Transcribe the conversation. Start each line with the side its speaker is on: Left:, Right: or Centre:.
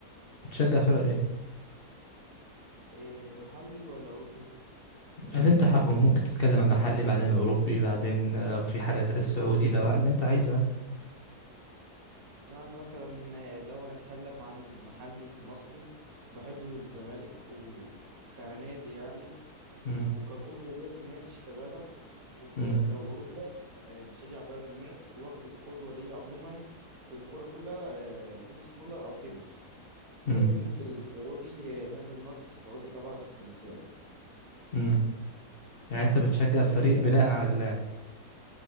Left: بتشجع فرق ايه
Right: إيه محلي ولا اوروبي
Left: اللي انت حابه ممكن تتكلم عن محلي بعدين اوروبي بعدين لو في حاجه السعودي لو اللي انت عايزه عادي
Right: يعني مثلا لو هنتكلم عن المحلي في المصري بحب الزمالك وكنادي يعني
Left: امم
Right: وكقدوة ليا في نادي شيكابالا ولو
Left: امم
Right: أوروبا آه، بشجع بايرن ميونخ واخد القدوة ليا عموما في الكورة كلها آه، توماس مولر أو كيميتش ولكن
Left: امم
Right: في السعودي آه، نادي النصر السعودي طبعا عشان كريستيانو
Left: امم يعني انت بتشجع الفريق
Right: وأنت
Left: بناء على اللاعب